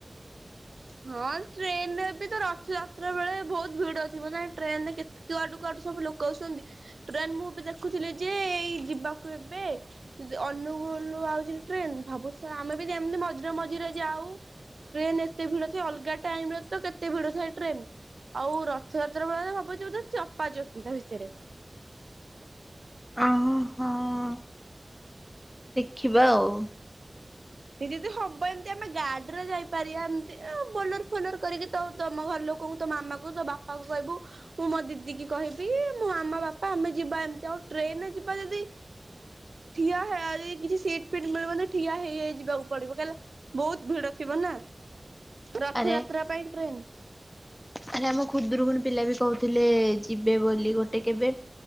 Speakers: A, on the right; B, on the left.
A: ହ ହଁ ଟ୍ରେନରେ ବି ତ ରଥଯାତ୍ରା ବେଳେ ବୋହୁତ ଭିଡ ଥିବ ନା ଟ୍ରେନ ରେ କେତେ ତୁ ଆଡୁ କୁ ଆଡୁ ସବୁ ଲୋକ ଆସୁଛନ୍ତି ଟ୍ରେନ ମୁଁ ଏବେ ଦେଖୁଥିଲି ଯେ ଏଇ ଯିବାକୁ ଏବେ ଦି ଅନୁଗୁଳ ଆଉଛି ଟ୍ରେନ ଭାବୁଛ ଆମେ ବି ଏମିତି ମଝିରେ ମଝିରେ ଯାଉ। ଟ୍ରେନ ଏତେ ଭିଡ ଥାଏ ଅଲଗା ଟାଇମ ରେ ତ କେତେ ଭିଡ ଥାଏ ଟ୍ରେନ। ଆଉ ରଥଯାତ୍ରା ବେଳେ ଭାବୁଚି ଚପା ଚପି ତା ଭିତରେ।
B: ଓହୋ ହଁ। ଦେଖିବା ଆଉ।
A: ଯେ ଯଦି ହବ ଏମତିଆ ଆମେ ଗାର୍ଡ ରେ ଯାଇପାରିବା ଏମିତି ବୋଲର ଫୋଲର କରିକି ତ ତମ ଘର ଲୋକଙ୍କୁ ତ ମାମା କ ତ ବାପା ପାକୁ କହିବୁ ମୁଁ ମୋ ଦିଦି କି କହିବି ମୋ ଆମ ବାପା ଆମେ ଯିବା ଏମିତି ଆଉ ଟ୍ରେନରେ ଯିବା ଯଦି ଠିଆ ହେ ଯଦି କିଛି ସିଟ୍ ଫିଟ୍ ମିଳିବନି ଠିଆ ହେଇ ହେଇଯି ଯିବାକୁ ପଡିବ କହିଲା ବୋହୁତ ଭିଡ ଥିବ ନା ରଥଯାତ୍ରା
B: ଆରେ
A: ପାଇଁ ଟ୍ରେନ୍।
B: ଆରେ ଆମ ଖୁଦୁରୁକୁୁଣି ପିଲା ବି କୋହୁଥିଲେ ଯିବେ ବୋଲି ଗୋଟେ କେବେ